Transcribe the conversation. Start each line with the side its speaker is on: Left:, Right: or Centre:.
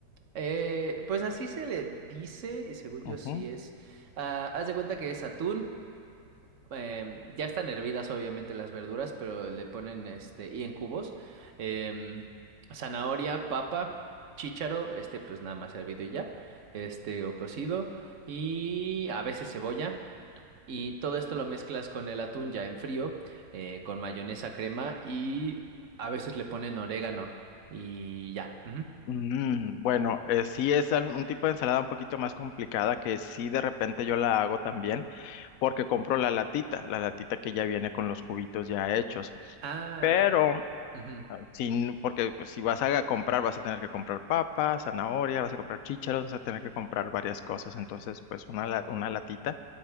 Right: Eh, pues así se le dice, y según yo
Left: Ujú.
Right: sí es. Ah, haz de cuenta que es atún. em, ya están hervidas, obviamente, las verduras, pero le ponen este, y en cubos. em, zanahoria, papa, chícharo, este, pues nada más hervido y ya. Este, o cocido. Y a veces cebolla. Y todo esto lo mezclas con el atún ya en frío, eh, con mayonesa, crema y a veces le ponen orégano. Y ya. ujú.
Left: Mm, bueno, eh, sí es al- un tipo de ensalada un poquito más complicada que sí de repente yo la hago también porque compro la latita, la latita que ya viene con los cubitos ya hechos.
Right: Ah.
Left: Pero,
Right: ujú.
Left: sin, porque pues, si vas a comprar, vas a tener que comprar papas, zanahoria, vas a comprar chícharos, vas a tener que comprar varias cosas. Entonces, pues una, la- una latita